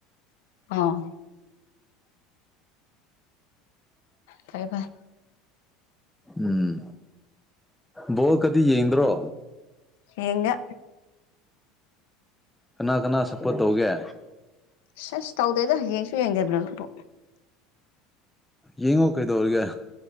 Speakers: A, on the left (about 80°); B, in the centre.
A: ꯑꯥ ꯐꯥꯏ ꯐꯥꯏ
B: ꯎꯝ ꯕꯣꯜꯀꯗꯤ ꯌꯦꯡꯗ꯭ꯔꯣ
A: ꯌꯦꯉ
B: ꯀꯅꯥ ꯀꯅꯥ ꯁꯛꯄ ꯇꯧꯒꯦ
A: ꯁꯁ ꯇꯧꯗꯣꯏꯗꯣ ꯌꯦꯡꯁꯨ ꯌꯦꯡꯗꯕꯅꯣ
B: ꯌꯦꯡꯉꯣ ꯀꯩꯗꯎꯔꯒ